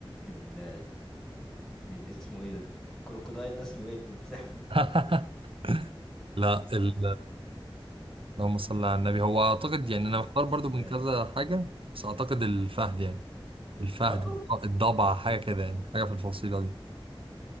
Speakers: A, in the centre; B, on the right.
A: ال... ال... اسمه ايه ده كروكودايل ده اسمه ايه التمساح
B: <laughs> لا ال... اللهم صل على النبي هو اعتقد
A: <laughs>
B: يعني انا
A: بس
B: محتار
A: بس
B: برضو
A: لا
B: من كذا حاجه بس اعتقد الفهد يعني الفهد
A: برضو
B: الضبع حاجه كده يعني حاجه في الفصيله دي